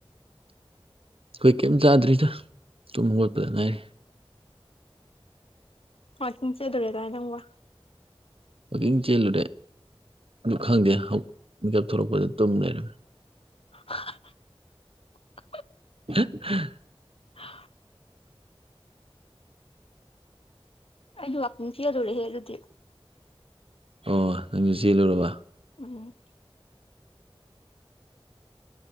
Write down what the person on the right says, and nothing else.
ꯑꯩꯈꯣꯏ ꯀꯩꯝ ꯆꯥꯗ꯭ꯔꯤꯗ ꯇꯨꯝ ꯈꯣꯠꯄꯗ ꯉꯥꯏꯔꯤ
ꯋꯥꯛꯀꯤꯡ ꯆꯦꯜꯂꯨꯔꯦ ꯑꯗꯨ ꯈꯪꯗꯦ ꯃꯤꯀꯞ ꯊꯣꯛꯂꯛꯄꯗ ꯇꯨꯝ ꯂꯩꯔꯝꯃꯦ
<unintelligible>
ꯑꯣ ꯅꯪꯖꯨ ꯆꯦꯜꯂꯨꯔꯕ